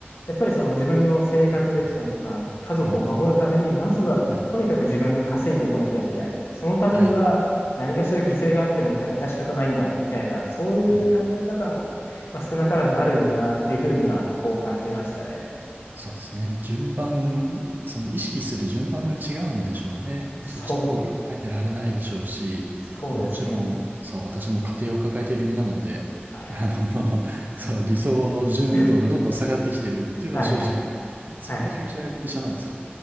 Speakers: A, on the left; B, on the right.
A: やっぱりその自分の生活でしたりとか、
B: うん。
A: 家族を守るために、
B: うん。
A: まずはとにかく自分が稼いでこなきゃいけない。
B: うん
A: そのためには何かしら犠牲があってもいた、
B: はい。
A: 致し方ないんだ、みたいな、そういう考え方も、
B: うん。
A: まあ、少なからずあるよな、っていうふうには、こう感じましたね。
B: そうですね。順番、その意識する順番が違うんでしょうね。
A: そうです。
B: もうそっちの方考えてられないでしょうし、
A: そうですね。
B: まあ、もちろん、そう、私も家庭を抱えている身なので、
A: はい
B: あの、<laughs> そう、理想の順位度がどんどん下がってきてるっていうのは正直、
A: はいはいは
B: そこの気持ちは一緒なんですよ。
A: いはい